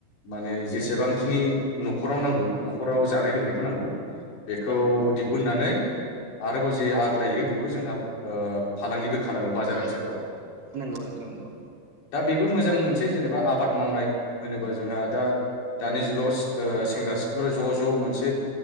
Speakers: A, on the left; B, on the right.
A: माने जेसेबांखिनि न'खराव नांगौ न'खराव जानाय लोंनायखौ नांगौ बेखौ
B: औ नोंथां
A: दिहुननानै आरोबाव जे आग्लायो बेखौ जोंहा ओ फालांगिबो खालामो बाजार ओनसोलफोरावव
B: नोंगौ नोंथां नोंगौ।
A: बेबो मोजां मोनसे जेनेबा आबाद मावनाय होनोबा जोंहा दा दानि जुगाव सि ओ सेंग्रा सिख्ला ज' ज' मोनसे